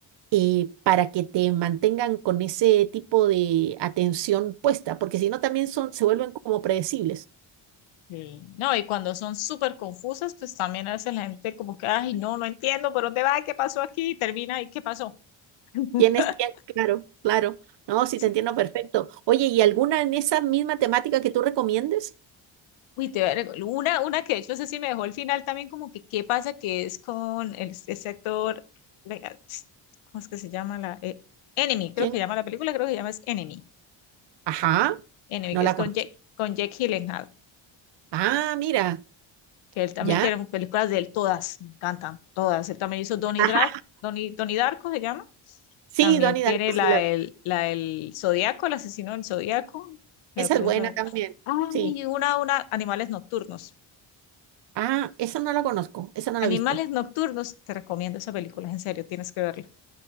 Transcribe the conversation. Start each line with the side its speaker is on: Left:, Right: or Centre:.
Right: eh, para que te mantengan con ese tipo de atención puesta, porque si no también son, se vuelven como predecibles.
Left: Sí. No, y cuando son súper confusas, pues también a veces la gente como que, ay, no, no entiendo por dónde va, qué pasó aquí, y termina y qué pasó. <laughs>
Right: ¿Quién es quién? <laughs> Claro, claro. No, sí
Left: Sí.
Right: te entiendo perfecto. Oye, ¿y alguna en esa misma temática que tú recomiendes?
Left: Uy, te voy a rec- una, una que de hecho, eso sí me dejó el final también, como que qué pasa que es con el, ese actor, venga, ps, ¿cómo es que se llama la? eh, Enemy, creo
Right: ¿Quién?
Left: que llama la película, creo que llama es Enemy,
Right: Ajá,
Left: Enemy,
Right: no
Left: que
Right: la
Left: es con
Right: conozco.
Left: Jack, con Jack Gyllenhaal,
Right: Ah, mira,
Left: que él también
Right: ya.
Left: tiene películas de él, todas, me encantan, todas. Él también hizo Donnie,
Right: Ajá.
Left: Dra Donnie, Donnie Darko, se llama.
Right: Sí,
Left: También
Right: Donnie
Left: tiene
Right: Darko, sí,
Left: la
Right: la-
Left: del, la del Zodíaco, el asesino del Zodíaco, que
Right: esa
Left: me parece
Right: es buena
Left: también.
Right: también.
Left: Ay,
Right: Sí.
Left: una, una, Animales Nocturnos.
Right: Ah, esa no la conozco, esa no la
Left: Animales
Right: he visto.
Left: Nocturnos, te recomiendo esa película, en serio, tienes que verla.